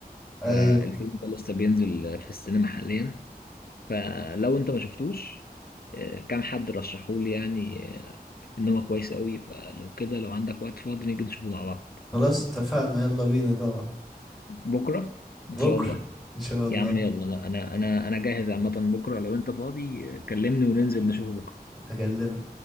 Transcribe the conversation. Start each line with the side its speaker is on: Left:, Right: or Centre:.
Centre: ايوه
Left: فالفيلم ده لسه بينزل آه، في السينما حاليا فلو انت ما شفتوش آه، كام حد رشحولي يعني آه، ان هو كويس قوي فلو كده لو عندك وقت فاضي نيجي نشوفه مع بعض
Centre: خلاص اتفقنا يلا بينا طبعا
Left: بكره ان
Centre: بكره
Left: شاء الله
Centre: ان شاء الله
Left: يا عم يلا لا انا انا انا جاهز عامه بكره لو انت فاضي كلمني وننزل نشوفه بكره
Centre: اكلمك